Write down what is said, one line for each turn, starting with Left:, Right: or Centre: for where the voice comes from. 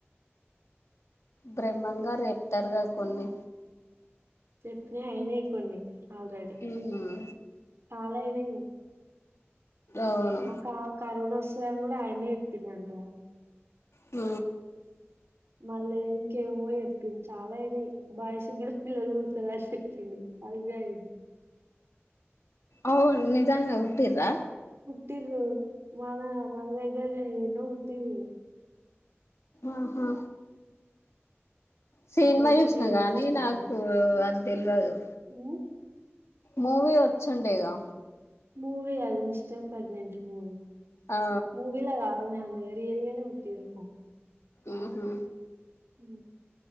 Left: బ్రహ్మంగారు చెప్తారుగా కొన్ని
Right: చెప్పినయి అయినాయి కొన్ని ఆల్రెడీ
Left: ఉమ్
Right: చాల అయినాయి
Left: అవును
Right: అక్క కరువుగూడ ఓస్ కూడా ఆయనే చెప్పిండు అంటగా
Left: అ
Right: మల్లా ఇంకేమో చెప్పిండు చాలా అయినాయి బాయ్స్ కూడా పిల్లలు పుడతరు అని చెప్పిండు అది కూడా అయింది
Left: అవును నిజాంగనే పుట్టింరా
Right: పుట్టిరూ మన మన దగ్గరనే ఎన్నో పుట్టిరు
Left: ఆహా సినిమా
Right: అప్పుడు వచ్చినాయి
Left: చూసిన గానీ
Right: న్యూస్ లో
Left: నాకు
Right: అన్ని
Left: అది తెలవదు
Right: ఉమ్,
Left: మూవీ వచ్చిండేగా
Right: మూవీ అది మిస్టర్ ప్రెగ్నెంట్ మూవీ
Left: ఆ
Right: మూవీలగాదు రియల్గానే పుట్టింరు
Left: ఆహా
Right: హ